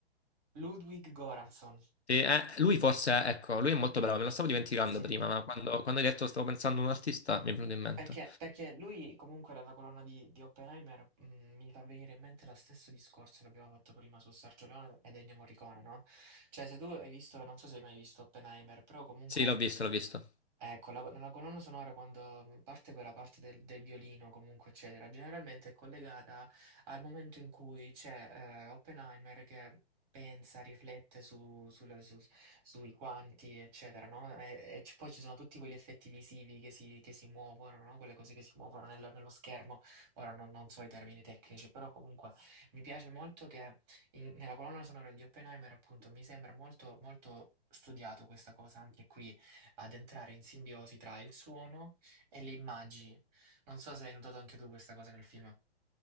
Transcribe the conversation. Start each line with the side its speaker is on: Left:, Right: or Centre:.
Right: Ludwig Göransson.
Left: Sì, eh, lui forse, ecco, lui è molto bravo, me lo stavo dimenticando
Right: Sì.
Left: prima, ma quando, quando hai detto stavo pensando a un artista mi è venuto in mente.
Right: Perché, perché lui comunque dalla colonna di, di Oppenheimer mh, mi fa venire in mente lo stesso discorso che abbiamo fatto prima su Sergio Leone ed Ennio Morricone, no? Cioè se tu hai visto, non so se hai mai visto Oppenheimer, però comunque
Left: Sì, l'ho visto, l'ho visto.
Right: eh, con la, la colonna sonora quando mhmm, parte quella parte del, del violino, comunque, eccetera, generalmente è collegata al momento in cui c'è eh, Oppenheimer che pensa, riflette su- sulle- su- sui quanti, eccetera, no? E, e c- poi ci sono tutti quegli effetti visivi che si, che si muovono, no? Quelle cose che si muovono nello, nello schermo. Ora non, non so i termini tecnici, però comunque mi piace molto che in- nella colonna sonora di Oppenheimer, appunto, mi sembra molto, molto studiato questa cosa anche qui ad entrare in simbiosi tra il suono e le immagini. Non so se hai notato anche tu questa cosa nel film.